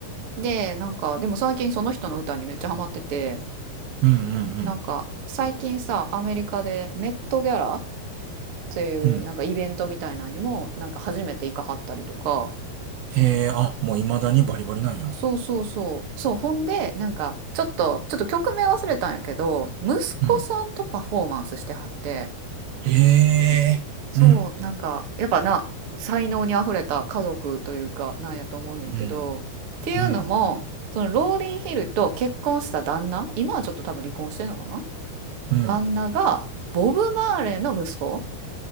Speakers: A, on the right; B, on the right.
A: で、なんか、でも最近その人の歌にめっちゃハマってて、
B: うんうん
A: なんか最近さ、アメリカでメットギャラっていうなんかイベントみたいなのにも、
B: うん。うん。
A: なんか初めて行かはったりとか、
B: へえ、あ、もう未だにバリバリなんや。
A: そうそうそう、そう、ほんで、なんかちょっと、ちょっと曲名忘れたんやけど、息子さんとパフォーマンスしてはって、
B: うん。へえ、
A: そう、
B: うん。
A: なんか、やっぱな、才能にあふれた家族というか、なんやと思うねんけど、
B: うん。
A: っていうのも、
B: うん。
A: そのローリンヒルと結婚した旦那、今はちょっと多分離婚してんのかな
B: うん。
A: 旦那が、ボブ・マーレーの息子